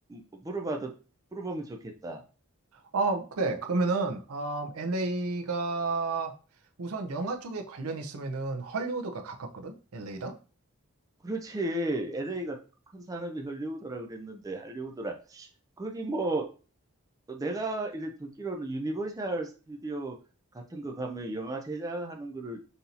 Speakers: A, on the right; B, on the right.
A: 물어봐도 물어보면 좋겠다.
B: 어, 그래. 그러면은, 음, LA가 우선 영화 쪽에 관련 있으면은 헐리우드가 가깝거든? LA랑?
A: 그렇지 LA가 큰 산업이 할리우드라 그랬는데 할리우드라 거기 뭐 내가 이렇게 듣기로는 유니버셜 스튜디오 같은 거 가면 영화 제작하는 거를